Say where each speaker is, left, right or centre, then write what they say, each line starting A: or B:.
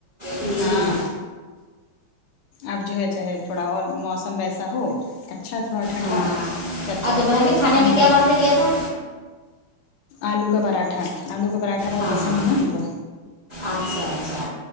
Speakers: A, on the right; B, on the left.
A: ہمم
B: ہاں اب جو ہے چاہے تھوڑا اور موسم ویسا ہو اچھا تھوڑا ٹھنڈا
A: ہاں
B: تب چاہے
A: اور دوپہر
B: وہ
A: کے کھانے
B: کم
A: میں کیا
B: کر
A: باندھ کے دیا تھا
B: آلو کا پراٹھا آلو کا پراٹھا بہت
A: ہاں
B: پسند ہے نا ان کو
A: اچھا اچھا